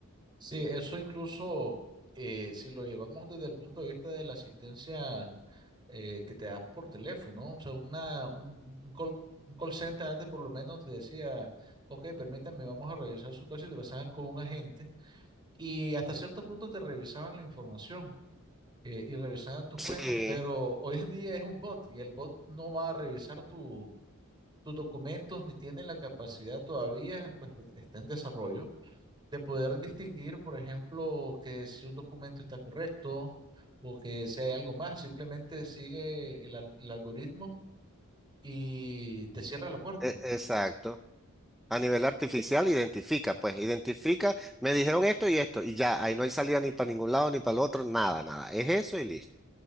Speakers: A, on the right; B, in the centre.
A: Sí, eso incluso, eh, si lo llevamos desde el punto de vista de la asistencia eh, que te dan por teléfono, o sea, una, un, un call, un call center antes por lo menos te decía, ok, permítanme, vamos a revisar su caso y te pasaban con un agente y hasta cierto punto te revisaban la información eh, y revisaban tus
B: Sí,
A: cuentas, pero hoy en día es un bot y el bot no va a revisar tu, tus documentos ni tiene la capacidad todavía, pues pues, está en desarrollo de poder distinguir, por ejemplo, que si un documento está correcto o que si hay algo más, simplemente sigue el, al- el algoritmo y te cierra la puerta.
B: e- exacto. A nivel artificial identifica, pues identifica, me dijeron esto y esto, y ya, ahí no hay salida ni para ningún lado ni para el otro, nada, nada. Es eso y listo.